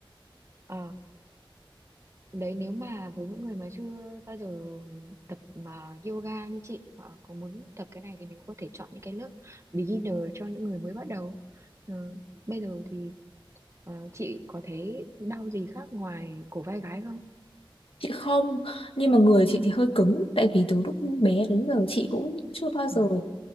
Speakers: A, on the right; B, on the left.
A: Ờ. Đấy nếu mà với những người mà chưa bao giờ tập mà yoga như chị hoặc có muốn tập cái này thì mình cũng có thể chọn những cái lớp beginner cho những người mới bắt đầu. Ờ, bây giờ thì ờ, chị có thấy đau gì khác ngoài cổ vai gáy không?
B: Chị không, nhưng mà người chị thì hơi cứng Tại vì từ lúc bé đến giờ chị cũng chưa bao giờ
A: Ừ.